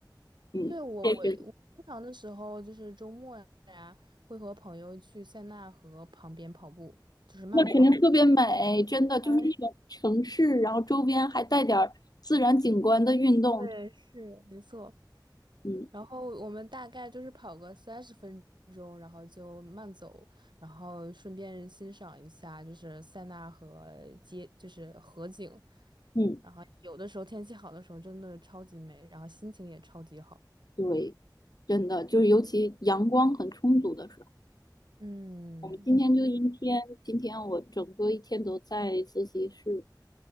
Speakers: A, on the left; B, on the right.
A: 嗯，
B: 对，我我我经常的时候就是周末呀，
A: 健身，
B: 会和朋友去塞纳河旁边跑步，就是慢跑。
A: 那肯定特别美，真的就是那种城市，
B: 哎，
A: 然后周边还带点儿自然景观的运动，
B: 对，是，没错，
A: 嗯
B: 然后我们大概就是跑个三十分钟，然后就慢走，然后顺便欣赏一下就是塞纳河街，就是河景。
A: 嗯，
B: 然后有的时候天气好的时候真的超级美，然后心情也超级好。
A: 对，真的就是尤其阳光很充足的时候。
B: 嗯，
A: 我们今天就阴天，今天我整个一天都在自习室，